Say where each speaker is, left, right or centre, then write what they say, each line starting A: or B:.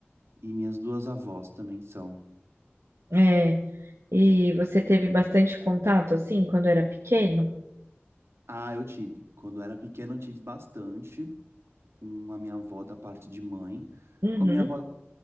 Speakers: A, on the right; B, on the right.
A: e minhas duas avós também são.
B: É, e você teve bastante contato, assim, quando era pequeno?
A: Ah, eu tive. Quando eu era pequeno, eu tive bastante com a minha avó da parte de mãe.
B: Uhum.
A: Com a minha avó